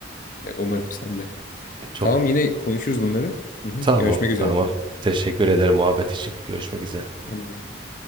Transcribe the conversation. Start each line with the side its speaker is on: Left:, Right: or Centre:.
Left: Umarım sen de.
Right: Çok
Left: Tamam yine konuşuruz bunları. Hı hı.
Right: tamam,
Left: Görüşmek üzere.
Right: tamam. Teşekkür ederim muhabbet için. Görüşmek üzere.
Left: Ben de.